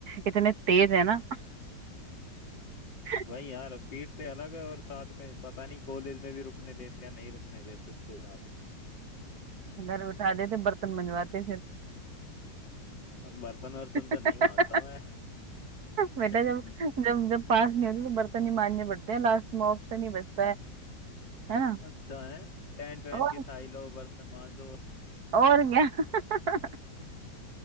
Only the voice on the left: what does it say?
वही यार पीठ से अलग है और साथ में पता नहीं कॉलेज में भी रुकने देते या नहीं रुकने देते उसके बाद
बर्तन वर्तन
तो नहीं मांजता मैं
<laughs>
अच्छा है टेंट वेंट
की साई लो बर्तन मांजो